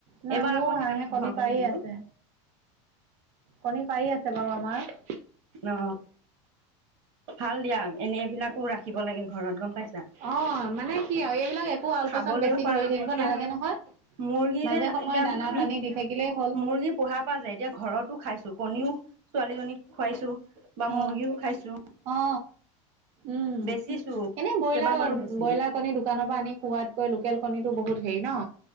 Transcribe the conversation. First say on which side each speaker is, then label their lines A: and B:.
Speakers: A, on the right; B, on the right.
A: নাই
B: এইবাৰ
A: মোৰো
B: আকৌ সেইকাৰণে
A: হাঁহে
B: গ্ৰহণ
A: কণী
B: কৰি
A: পাৰি
B: দিলো
A: আছে কণী পাৰি আছে বাৰু আমাৰ
B: অ ভাল দিয়া এনে এইবিলাকো ৰাখিব লাগে ঘৰত গম পাইছা
A: অ', মানে কি আৰু এইবিলাক একো আল
B: খাবলৈও
A: পৈচান বেছি
B: পৰা
A: ধৰি থাকিব
B: যায় এতিয়া
A: নালাগে নহয়
B: মুৰ্গী
A: মাজে
B: যে
A: সময়ে
B: এতিয়া
A: দানা
B: আমি
A: পানী দি থাকিলেই হ'ল।
B: মুৰ্গী পোহা পা যে এতিয়া ঘৰতো খাইছো কণীও ছোৱালীজনীক খোৱাইছো বা মুৰ্গীও
A: অ',
B: খাইছো
A: অ উম
B: বেচিছো
A: এনেই ব্ৰইলাৰ
B: কেইবাবাৰো বেচিলো
A: ব্ৰইলাৰ কণী দোকানৰ পৰা আনি খোৱাতকৈ লোকেল কণীো বহুত হেৰি ন